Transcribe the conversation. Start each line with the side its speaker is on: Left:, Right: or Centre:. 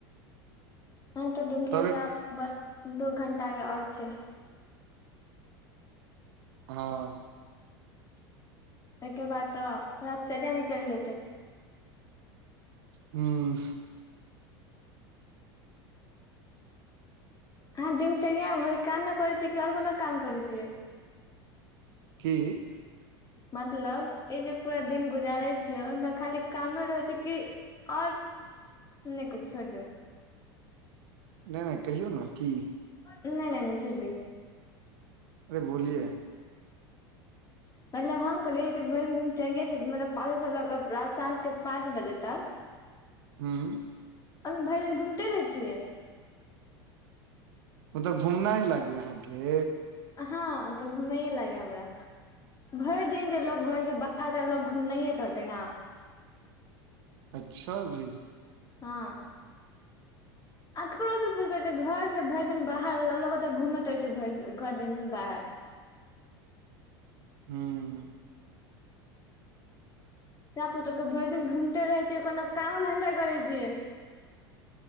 Left: उ तऽ दिनचर्या
Right: तबे
Left: बस दू घण्टाके आओर छै
Right: हँ
Left: तहिके बाद तऽ ओकरा दिनचर्या निकलि जेतै
Right: हूँ
Left: अहाँ दिनचर्या भरि कामे करै छीयै कि आओर कोनो काम करै छियै
Right: की
Left: मतलब ई जे पूरा दिन गुजारै छियै ओहिमे खाली कामे रहैत छै कि आओर नहि कुछो छोड़ि दियौ
Right: नहि नहि कहियौ ने की
Left: नहि नहि नहि छोड़ि दियौ
Right: अरे बोलिये
Left: मतलब हम कहलियै जे भरि दिन चढ़िये छै मतलब पाँचोसँ लऽ कऽ रात सँ साँझ के पाँच बजे तक
Right: हँ
Left: अभी भरि दिन घुमिते रहै छियै
Right: मतलब घूमनाइ लागै ये अहाँके
Left: हँ ओ तऽ घुमये लागेया हमरा भरि दिन जे लोक घरसे बाहर रहतै त लोक घुमनाये कहतै नै
Right: अच्छा जी
Left: हँ अ ककरो से पुछते छै घर त भरि दिन बाहर लोते घूमे रहे छै भ घरि दिन से बाहर
Right: हँ
Left: सैह पुछै की भरि दिन घूमते रहे छियै कोनो कामो धंधा करै छियै